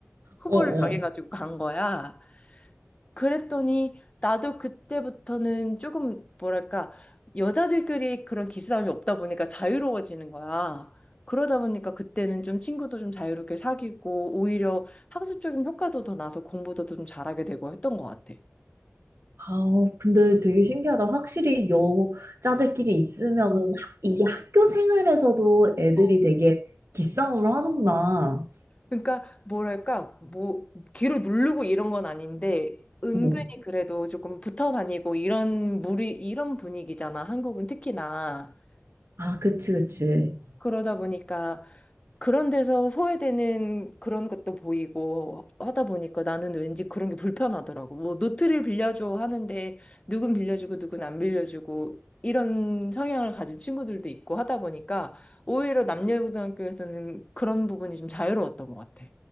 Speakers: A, on the left; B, on the right.
A: 후보를
B: 어,
A: 정해가지고
B: 어.
A: 간 거야. 그랬더니 나도 그때부터는 조금 뭐랄까 여자들끼리 그런 기싸움이 없다 보니까 자유로워지는 거야. 그러다 보니까 그때는 좀 친구도 좀 자유롭게 사귀고 오히려 학습적인 효과도 더 나서 공부도 좀 잘하게 되고 했던 것 같아.
B: 아우, 근데 되게 신기하다. 확실히 여자들끼리 있으면은 하- 이게 학교 생활에서도 애들이
A: 어,
B: 되게 기싸움을 하는구나.
A: 그러니까 뭐랄까 뭐 귀로 누르고 이런 건 아닌데 은근히
B: 응.
A: 그래도 조금 붙어 다니고 이런 무리 이런 분위기잖아. 한국은 특히나.
B: 아, 그치, 그치.
A: 그러다 보니까 그런 데서 소외되는 그런 것도 보이고 하다 보니까 나는 왠지 그런 게 불편하더라고. 뭐 노트를 빌려줘 하는데 누군 빌려주고 누군 안 빌려주고 이런 성향을 가진 친구들도 있고 하다 보니까 오히려 남녀고등학교에서는 그런 부분이 좀 자유로웠던 것 같아.